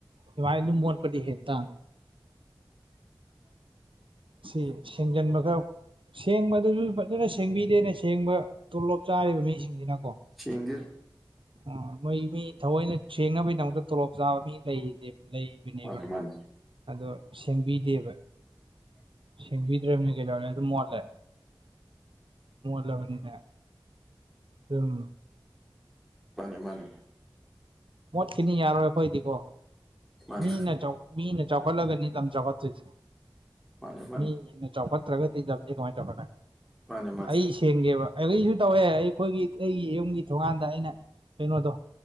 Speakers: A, on the right; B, in the centre.
A: ꯗꯨꯃꯥꯢꯅ ꯗꯨꯝ ꯃꯣꯠꯄꯗꯤ ꯍꯦꯟ ꯇꯥꯝꯅꯤ ꯁꯦ ꯁꯦꯡꯖꯟꯕꯒ ꯁꯦꯡꯕꯗꯨꯖꯨ ꯐꯖꯅ ꯁꯦꯡꯕꯤꯗꯦꯅꯦ ꯁꯦꯡꯕ ꯇꯣꯂꯣꯞ ꯆꯥꯔꯤꯕ ꯃꯤꯁꯤꯡꯖꯤꯅꯀꯣ
B: ꯁꯦꯡꯗꯦꯗ
A: ꯑꯣ ꯃꯧꯢ ꯃꯤ ꯊꯑꯣꯢꯅ ꯁꯦꯡꯅꯕꯩꯗꯃꯛꯇ ꯇꯣꯂꯣꯞ ꯆꯥꯕ ꯃꯤ ꯂꯩꯔꯤꯖꯤꯗꯤ ꯂꯩ ꯗꯨꯅꯦꯕ
B: ꯃꯥꯅꯦ ꯃꯥꯅꯦ
A: ꯑꯗꯣ ꯁꯦꯡꯕꯤꯗꯦꯕ ꯁꯦꯡꯕꯤꯗ꯭ꯔꯃꯤꯅ ꯀꯩꯗꯧꯔꯨꯅꯤ ꯑꯗꯨꯝ ꯃꯣꯠꯂꯦ ꯃꯣꯠꯂꯕꯅꯤꯅ ꯗꯨꯝ
B: ꯃꯥꯅꯦ ꯃꯥꯅꯦ
A: ꯃꯣꯠꯈꯤꯅꯤ ꯌꯥꯔꯣꯢ ꯑꯩꯈꯣꯢꯗꯤꯀꯣ
B: ꯃꯥꯅꯦ
A: ꯃꯤꯅ ꯆꯧ ꯃꯤꯅ ꯆꯥꯎꯈꯠꯂꯒꯅꯤ ꯂꯝ ꯆꯥꯎꯈꯠꯇꯨꯢꯖꯤ
B: ꯃꯥꯅꯦ ꯃꯥꯅꯦ
A: ꯃꯤꯒꯤ ꯅ ꯆꯥꯎꯈꯠꯇ꯭ꯔꯒꯗꯤ ꯂꯝꯖꯦ ꯀꯃꯥꯢ ꯆꯥꯎꯈꯠꯀꯅꯤ
B: ꯃꯥꯅꯦ ꯃꯥꯅꯦ
A: ꯑꯩꯁꯤ ꯊꯦꯡꯒꯦꯕ ꯑꯩꯁꯨ ꯇꯧꯋꯦ ꯑꯩꯈꯣꯢꯒꯤ ꯑꯩꯒꯤ ꯌꯨꯝꯒꯤ ꯊꯣꯡꯒꯥꯟꯗ ꯑꯩꯅ ꯀꯩꯅꯣꯗꯣ